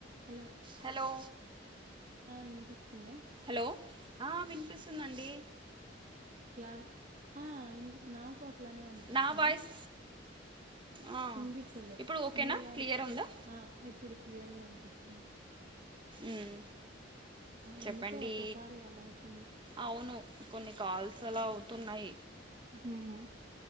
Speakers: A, on the right; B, on the right.
A: Hello
B: hello!
A: ఆ ఇన్పిస్తుందా?
B: Hello ఆ విన్పిస్తుందండి.
A: క్లా ఆ నాకు అట్లానే అనిపిచ్చింది.
B: నా వాయిస్ ఆ
A: వినిపిచ్చలే
B: ఇప్పుడు ఓకేనా
A: నీ వాయిస్
B: క్లియర్ ఉందా
A: ఆ ఇప్పుడు క్లియర్గా ఇన్పిస్త
B: మ్ చెప్పండీ
A: ఎందుకో ఒక్కోసారి అలా అయితుంది
B: అవును కొన్ని కాల్స్ అలా అవుతున్నాయ్
A: అవునా